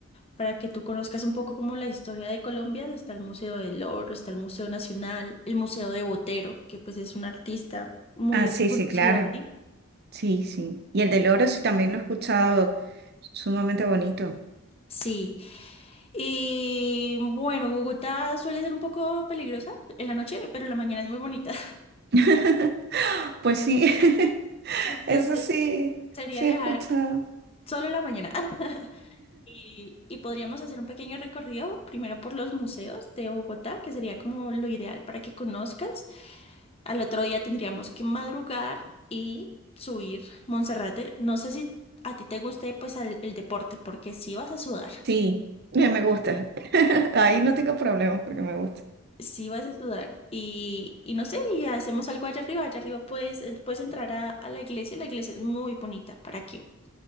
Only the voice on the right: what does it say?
Ah, sí,
sí, claro.
Sí, sí. Y el del oro sí también lo he escuchado, sumamente bonito.
<laughs> Pues sí,
<laughs>
eso sí,
sí
he escuchado.
Sí, me me gusta. <laughs> Ahí no tengo problemas porque me gusta.